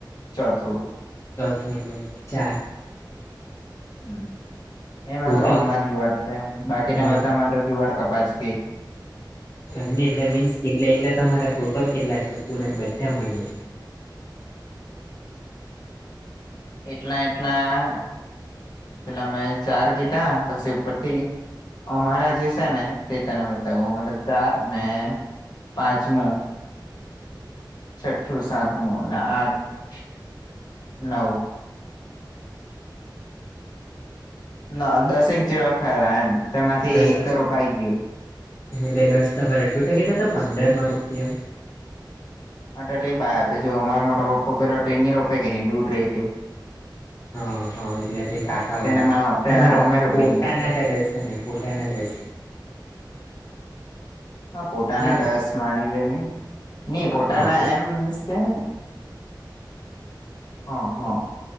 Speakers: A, on the left; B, on the left.
A: ચોથું
B: <unintelligible>
A: હ એમાં
B: ટોટલ
A: ત્રણમાં જુવાર છે બાકીના
B: હા
A: બધા માં તો જુવાર કપાસ ગ
B: એમની એટલે મીન્સ કેટ એટલે તમારા ટોટલ કેટલા છે સ્કૂલ એમ બધા મળીએ
A: એટલા એટલા પેલા મેં ચાર કીધા પછી ઉપરથી અમારા જે છે ને તે તને બતાવ ચાર ને પાંચમું છઠ્ઠું સાતમુ અને આઠ નવ ના દસેક જેવા ખરા એમ તેમાંથી
B: દસ
A: એક રોપાઈ ગયું.
B: એટલે દસ તમારે તુ તો કેતા હતા પંદર માં રોપીયે
A: માટે એ બ આપે જો અમારા મોટા પપ્પા પેલાની રોપે કે ન દૂર રહીયું
B: હા હા એટલે કાકાવાને
A: તેને તેને
B: તમારા
A: અમે રોપી
B: પોતાના
A: દઈએ
B: ત દસે ને પોતાના દસ.
A: હા પોતાના
B: હે ને
A: દસ માની લે નહી પોતાના
B: હા પો
A: એમ મીન્સ કે- હા હા